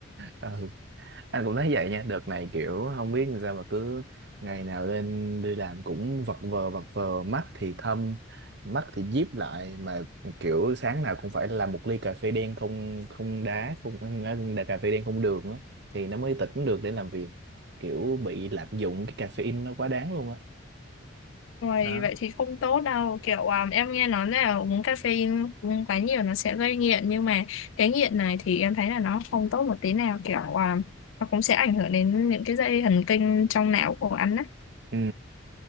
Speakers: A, on the right; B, on the left.
A: Ừ. anh cũng thấy vậy nha đợt này kiểu không biết làm sao mà cứ ngày nào lên đi làm cũng vật vờ vật vờ mắt thì thâm mắt thì díp lại mà kiểu sáng nào cũng phải làm một ly cà phê đen không không đá không đá cà phê đen không đường á thì nó mới tỉnh được để làm việc kiểu bị lạm dụng cái caffeine nó quá đáng luôn á
B: Rồi
A: đó
B: vậy thì không tốt đâu kiểu um, em nghe nói là uống caffeine uống quá nhiều nó sẽ gây nghiện nhưng mà cái nghiện này thì em thấy là nó không tốt một tí nào kiểu um, nó cũng sẽ ảnh hưởng đến những cái dây thần kinh trong não của anh á
A: ừ